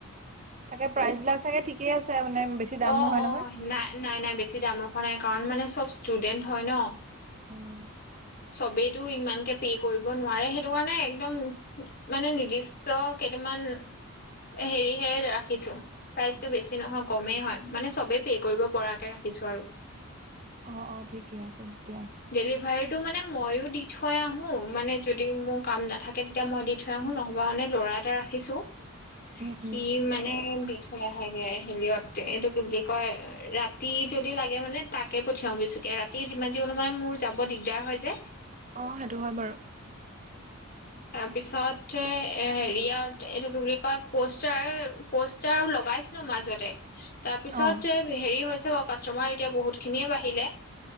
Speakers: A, on the right (about 30°); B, on the left (about 40°).
A: তাকে প্ৰাইজবিলাক চাগে ঠিকে আছে মানে, বেছি দাম
B: অ',
A: নহয় নহয়
B: অ', নাই, নাই, নাই, বেছি দাম ৰখা নাই, কাৰণ মানে চব ষ্টুডেন্ট হয় ন
A: উম।
B: চবেইটো ইমানকে পে কৰিব নোৱাৰে। সেইটো কাৰণে একদম মানে, নিৰ্দিষ্ট কেইটামান এ, হেৰিহে ৰাখিছো। প্ৰাইচটো বেছি নহয়, কমেই হয়। মানে, চবেই পে কৰিব পৰাকে ৰাখিছো আৰু
A: অ', অ', ঠিকেই আছে দিয়া।
B: ডেলিভাৰীটো মানে, ময়ো দি থৈ আহোঁ, মানে যদি মোৰ কাম নাথাকে, তেতিয়া মই দি থৈ আহোঁ নহ'বা মানে, ল'ৰা এটা ৰাখিছোঁ,
A: উম
B: সি
A: উম
B: মানে দি থৈ আহেগে হেৰিয়ত, এইটো কি বুলি কয়? ৰাতি যদি লাগে, মানে তাকে পঠিয়াওঁ বেচিকে। ৰাতি যিমান যি হলেও মানে, মোৰ যাব দিগদাৰ হয় যে
A: অ', সেইটো হয় বাৰু।
B: তাৰপিছতে, এ, হেৰিয়ত, এইটো কি বুলি কয়? প'ষ্টাৰ প'ষ্টাৰ লগাইছিলো মাজতে তাৰপিছতে,
A: অ
B: হেৰি হৈছে বাৰু, কাষ্টমাৰ এতিয়া বহুতখিনিয়ে বাঢ়িলে